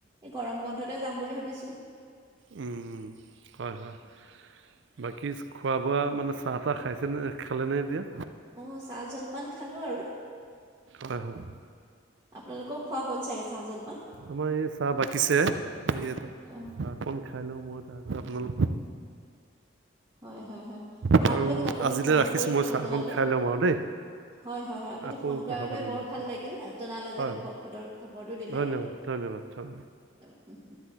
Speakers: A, on the right; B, on the right.
A: এই গৰম বন্ধতে যাম বুলি ভাবিছোঁ।
B: উওম। হয়ঁ হয়ঁ! বাকী খোৱা বোৱা মানে চাহ তাহ খাইছেনে খালেনে এতিয়া?
A: অঁ চাহ জলপান খালোঁ আৰু।
B: হয়ঁ হয়ঁ।
A: আপোনালোকেও খোৱা হ'ল চাগে চাহ জলপান?
B: আমাৰ এই চাহ বাকীছে এই তাকে
A: অঁ
B: চাহখন খাই লওঁ মই তাৰপিছত আপোনালোক।
A: হয়ঁ হয়ঁ হয়ঁ!
B: বাৰু
A: ভাল লাগিল আপুনি
B: আজিলৈ
A: ফোন
B: ৰাখিছোঁ
A: কৰি কথা
B: মই চাহকণ
A: জনালে।
B: খাই লওঁ বাৰু দেই
A: হয়ঁ হয়ঁ হয়ঁ! আপুনি
B: আকৌ
A: ফোন কৰাৰ
B: কথা
A: বাবে
B: পাতিম
A: বৰ
B: বাৰু পিছত
A: ভাল
B: হয়
A: লাগিল জনালে
B: হয়,
A: যে খবৰ খৰ খবৰটো দিলে।
B: ধন্যবাদ ধন্যবাদ
A: উমহুম।